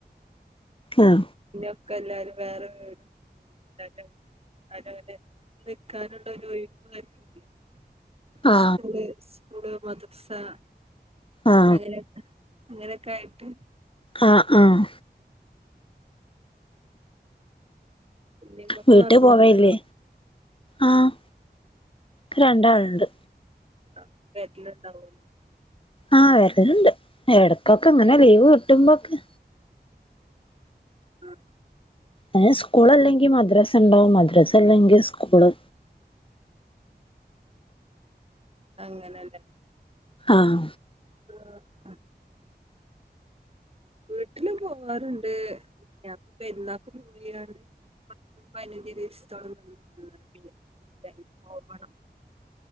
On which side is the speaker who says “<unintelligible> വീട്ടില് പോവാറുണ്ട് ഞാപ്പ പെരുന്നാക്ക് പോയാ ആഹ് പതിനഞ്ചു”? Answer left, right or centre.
Right